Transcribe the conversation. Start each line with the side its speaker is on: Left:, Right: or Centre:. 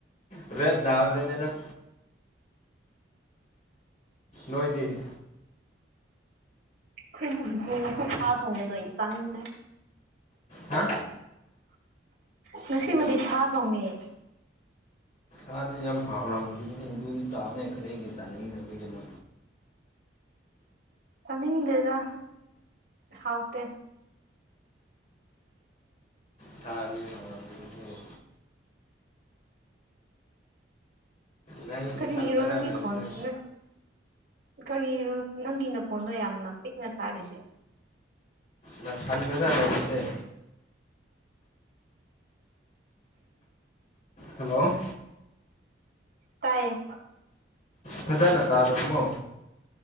Left: ꯔꯦꯠ ꯗꯥꯜꯗꯅꯦꯗ ꯅꯣꯏꯗꯤ
Right: ꯈꯣꯏꯒꯤꯕꯨꯗꯤ ꯍꯨꯏꯁꯥ ꯊꯣꯡꯉꯦ ꯗꯣ ꯑꯩ ꯆꯥꯅꯤꯡꯗꯦ
Left: ꯍꯥ
Right: ꯉꯁꯤꯕꯨꯗꯤ ꯁꯥ ꯊꯣꯡꯉꯦ
Left: ꯑꯥꯟꯗꯤ ꯌꯥꯝ ꯍꯥꯎꯔꯝꯒꯅꯤ ꯗꯨꯒꯤ ꯆꯥꯎꯅꯦ ꯀꯔꯤꯒꯤ ꯆꯥꯅꯤꯡꯗꯕꯒꯤꯅꯣ
Right: ꯆꯅꯤꯡꯗꯦꯗ ꯍꯥꯎꯇꯦ
Left: ꯁꯥꯗꯤ ꯍꯥꯎꯔꯝꯒꯅꯤ ꯅꯪ
Right: ꯀꯔꯤꯒꯤꯔꯣ
Left: ꯅꯊꯟꯗꯔ
Right: ꯅꯪꯒꯤ
Left: ꯂꯩꯕꯁꯦ
Right: ꯈꯣꯟ ꯅ ꯀꯔꯤꯔꯣ ꯅꯪꯒꯤ ꯅꯈꯣꯟꯗꯣ ꯌꯥꯝꯅ ꯄꯤꯛꯅ ꯇꯥꯔꯤꯁꯦ
Left: ꯅꯁꯟꯕꯗ ꯂꯣꯏꯈ꯭ꯔꯦ ꯍꯜꯂꯣ
Right: ꯇꯥꯏꯌꯦ
Left: ꯐꯖꯅ ꯇꯥꯗꯕꯣ